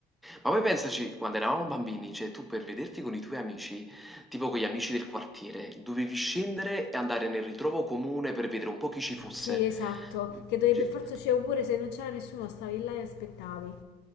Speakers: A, in the centre; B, on the left.
A: Ma poi pensaci, quando eravamo bambini, cioè tu per vederti con i tuoi amici, tipo con gli amici del quartiere, dovevi scendere e andare nel ritrovo comune per vedere un po' chi ci fosse.
B: Sì, esatto, che dovevi
A: Cioè-
B: per forza uscire oppure se non c'era nessuno stavi là e aspettavi.